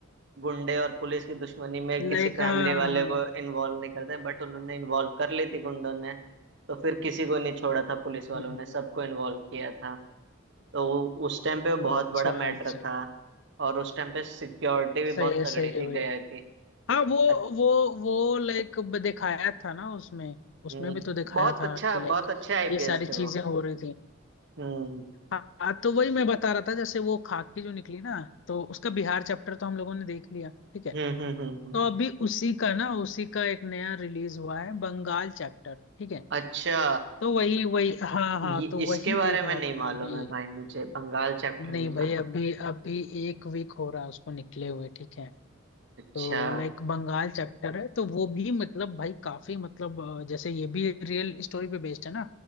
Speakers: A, on the right; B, on the left.
A: गुंडे और पुलिस की दुश्मनी में
B: लाइक
A: किसी फैमिली
B: हाँ हाँ
A: वाले
B: हाँ हाँ।
A: को इन्वॉल्व नहीं करते बट उन्होंने इन्वॉल्व कर ली थी गुंडों ने तो फिर किसी को नहीं छोड़ा था पुलिस
B: हम्म,
A: वालों ने सबको इन्वॉल्व किया था तो वो- उस टाइम पे वो बहुत
B: हम्म। अच्छा
A: बड़ा मैटर
B: अच्छा
A: था और उस टाइम पे सिक्योरिटी भी
B: सही
A: बहुत
B: है
A: तगड़ी
B: सही है
A: थी
B: भाई
A: गया की
B: हाँ वो
A: अच-
B: वो वो लाइक दिखाया था ना उसमें उसमें
A: हम्म,
B: भी तो दिखाया
A: बहुत
B: था
A: अच्छा
B: कि लाइक
A: बहुत अच्छे आईपीएस
B: ये सारी चीजें
A: थे वो
B: हो रही थी
A: हम्म
B: हाँ हाँ, तो वही मैं बता रहा था जैसे वो खाकी जो निकली ना तो उसका बिहार चैप्टर तो हम लोगों ने देख लिया ठीक है
A: हम्म हम्म हम्म हम्म।
B: तो अभी उसी का ना उसी का एक नया रिलीज हुआ है बंगाल चैप्टर ठीक है
A: अच्छा
B: तो वही वही हाँ हाँ
A: ये
B: तो
A: इसके
B: वही
A: बारे
B: देख
A: में
B: रहा
A: नहीं
B: था
A: मालूम
B: मैं अभी
A: है भाई मुझे बंगाल चैप्टर
B: नहीं
A: नहीं मालूम
B: भाई अभी अभी एक वीक हो रहा है उसको निकले हुए ठीक है
A: अच्छा
B: तो लाइक बंगाल चैप्टर है तो वो भी मतलब भाई काफी मतलब अ, जैसे ये भी रियल स्टोरी पे बेस्ड है ना